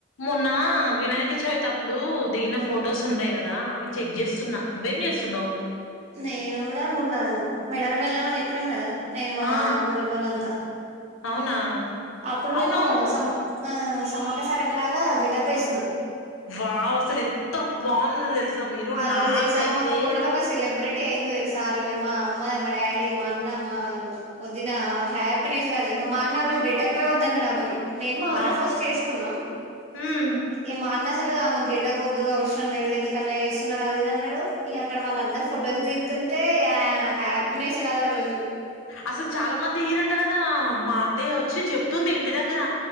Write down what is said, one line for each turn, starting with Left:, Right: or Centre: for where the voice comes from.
Left: మొన్న వినాయక చవితప్ప ఇప్పుడు దిగిన ఫొటోస్ ఉంటాయ్ కదా అవి చెక్ చేస్తున్నా నువ్వేం చేస్తున్నావ్
Right: నేను కూడా మొన్న మేడారం వెళ్ళాము అని చెప్పినాం కదా నేను మావదిన
Left: ఆ
Right: నా కోడలు వాల్లంతా
Left: అవునా
Right: అప్పుడు
Left: అవునవును
Right: మేము సమ్మ సమ్మక్క అక్క సారక్క లాగా గెటప్ వేసినాం
Left: వావ్ అసలు ఎంత బాగున్నో తెలుసా మీరు
Right: ఆ
Left: నాకైతే
Right: రోజు తెలుసా మా కోడలు ఒక సెలబ్రిటీ అయింది తెలుసా మా అమ్మ మా డాడీ మా అన్న మా వదిన హ్యాపీనెస్ కాదు ఇంకా మా అన్న ఆ రోజు గెటప్పే వద్దున్నాడు ఆమెకి నేను మావదిన
Left: ఆ
Right: ఫస్ట్ చేసుకున్నాం
Left: ఉమ్
Right: ఏ మా అన్న ఆమెకు గేటప్ వొద్దు అవసరం లేదు ఎందుకు అట్లా చేస్తున్నారు అది ఇది అన్నాడు ఇక అక్కడ వాళ్ళందరూ ఫొటోస్ దిగుతుంటే హ్యాపీనెస్ కాదా ఆ రోజు
Left: అసలు చాలా మంది ఈరన్ ట్ గదా మా అత్తయోద్ చి చెప్తుంది ఇంటి దగ్గర